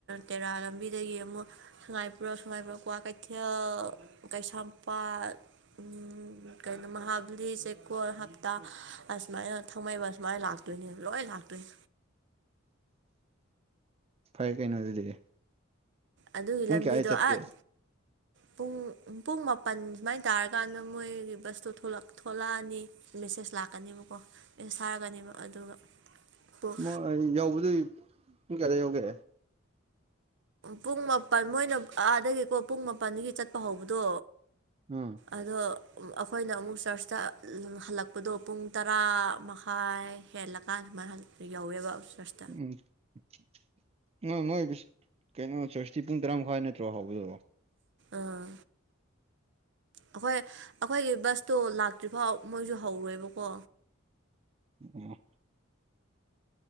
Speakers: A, on the right; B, on the right.
A: ꯇꯦꯔꯥ ꯂꯝꯕꯤꯗꯒꯤ ꯑꯃꯨꯛ ꯁꯉꯥꯏꯄꯔꯧ ꯁꯉꯥꯏꯄꯔꯧ ꯀ꯭ꯋꯥꯀꯩꯊꯦꯜ ꯀꯩꯁꯥꯝꯄꯥꯠ ꯎꯝ ꯀꯩꯅꯣ ꯃꯍꯥꯕꯂꯤ ꯆꯦꯛꯀꯣꯟ ꯍꯞꯇꯥ ꯑꯁꯨꯃꯥꯏꯅ ꯊꯥꯡꯃꯩꯕꯟ ꯑꯁꯨꯃꯥꯏꯅ ꯂꯥꯛꯇꯣꯏꯅꯦ ꯂꯣꯏ ꯂꯥꯛꯇꯣꯏꯅꯦ
B: ꯐꯩ ꯀꯩꯅꯣ ꯑꯗꯨꯗꯤ
A: ꯑꯗꯨꯒꯤ
B: ꯄꯨꯡ
A: ꯂꯝꯕꯤꯗꯣ
B: ꯀꯌꯥꯗ ꯆꯠꯀꯦ
A: ꯑꯥꯠ ꯄꯨꯡ ꯄꯨꯡ ꯃꯥꯄꯟ ꯁꯨꯃꯥꯏ ꯇꯥꯔꯀꯥꯟꯗ ꯃꯣꯏꯒꯤ ꯕꯁꯇꯣ ꯊꯣꯛꯂꯛ ꯊꯣꯛꯂꯥꯅꯤ ꯃꯦꯁꯦꯖ ꯂꯥꯛꯀꯅꯤꯕꯀꯣ ꯇꯦꯛꯁ ꯊꯥꯔꯛꯀꯅꯤꯕ ꯑꯗꯨꯒ ꯄꯨꯡ
B: ꯃꯣꯏ ꯑꯩ ꯌꯧꯕꯗꯨ ꯄꯨꯡ ꯀꯌꯥꯗ ꯌꯧꯒꯦ
A: ꯄꯨꯡ ꯃꯥꯄꯜ ꯃꯣꯏꯅ ꯑꯥꯗꯒꯤꯀꯣ ꯄꯨꯡ ꯃꯥꯄꯜꯗꯒꯤ ꯆꯠꯄ ꯍꯧꯕꯗꯣ
B: ꯑꯥ
A: ꯑꯗꯣ ꯑꯈꯣꯏꯅ ꯑꯃꯨꯛ ꯆꯔꯁꯇ ꯍꯜꯂꯛꯄꯗꯣ ꯄꯨꯡ ꯇꯔꯥ ꯃꯈꯥꯏ ꯍꯦꯜꯂꯀꯥꯟ ꯁꯨꯃꯥꯏ ꯍꯜꯂꯦ ꯌꯧꯋꯦꯕ ꯆꯔꯁ
B: ꯎꯝ <inaudible> ꯅꯣꯏ ꯃꯣꯏ ꯀꯩꯅꯣ ꯆꯔꯁꯇꯤ ꯄꯨꯡ ꯇꯔꯥ ꯃꯈꯥꯏ ꯅꯠꯇ꯭ꯔꯣ ꯍꯥꯎꯕꯗꯣ
A: ꯑꯥ ꯑꯈꯣꯏ ꯑꯈꯣꯏꯒꯤ ꯕꯁꯇꯣ ꯂꯥꯛꯇ꯭ꯔꯤꯐꯥꯎ ꯃꯣꯏꯁꯨ ꯍꯧꯔꯣꯏꯕꯀꯣ
B: ꯑꯣ